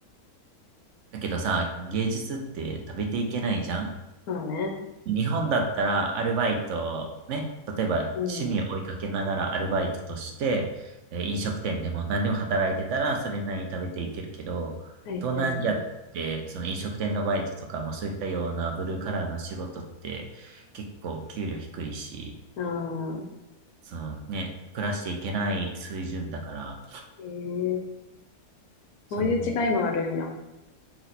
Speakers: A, on the right; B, on the left.
A: だけどさ、芸術って食べていけないじゃん
B: そうね。
A: 日本だったらアルバイト、ね、例えば趣味を追いかけながらアルバイトとして、
B: うん。は
A: えー飲食店でも何でも働いてたらそれなりに食べていけるけど、
B: いはいはい。
A: 東南アジアってその飲食店のバイトとかもそういったようなブルーカラーの仕事って結構給料低いし、
B: ああ。
A: そのね、暮らしていけない水準だから、
B: ええ
A: その、
B: そういう違いもあるんや。